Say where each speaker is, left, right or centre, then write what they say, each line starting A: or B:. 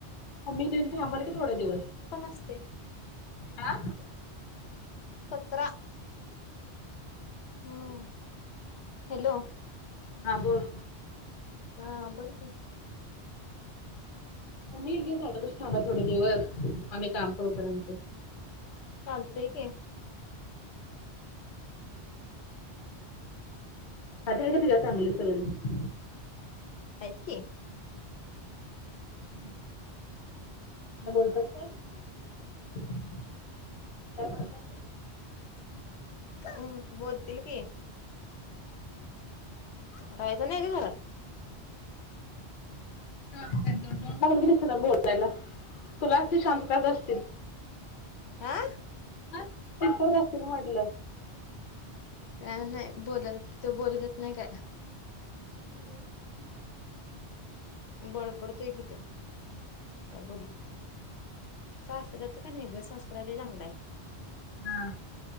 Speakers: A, on the left; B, on the left.
A: मम्मी तेन थांबल की थोडे दिवस.
B: मी पण असते. <unintelligible>
A: आ?
B: सतरा हम्म. हॅलो.
A: हा बोल.
B: हा बोल की.
A: म मी ली थांबा थोडे दिवस, आम्ही काम करू पर्यंत.
B: चालतंय की.
A: नादरे का तुझ्या फॅमिलीत सगळे जण?
B: हायेत की.
A: <inaudible> मग बोलतो का काय, काय म्हणत्यात?
B: ऊं,, बोलतील की. राहायच नाही काय घरात?
A: <inaudible> बोलायला तुला आशी शांतता असशील
B: आं?
A: <unintelligible> असतील म्हटलं.
B: काय नाही बोलत त्यो बोलगत नाही काय.
A: हम.
B: बडबडत्योय की त्यो काय बोलतो? सासऱ्याचं काय नाही ग सासरा लय चांगला हाय.
A: हां.